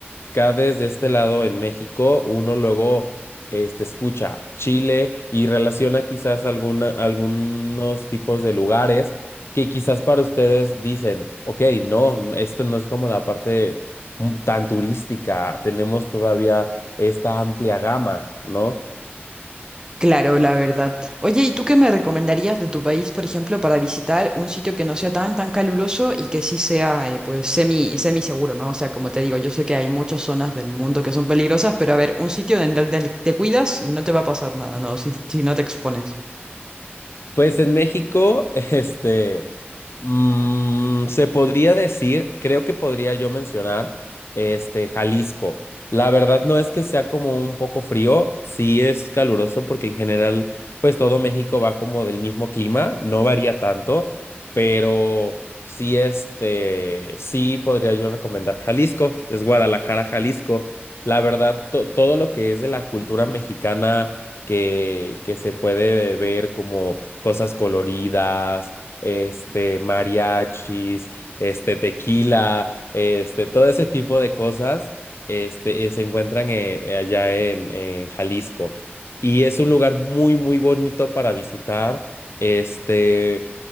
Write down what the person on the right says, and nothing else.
Claro, la verdad. Oye, ¿y tú qué me recomendarías de tu país, por ejemplo, para visitar un sitio que no sea tan, tan caluroso y que sí sea, eh, pues, semi, semi seguro, ¿no? O sea, como te digo, yo sé que hay muchas zonas del mundo que son peligrosas, pero a ver, un sitio en donde te cuidas y no te va a pasar nada, ¿no? Si, si no te expones.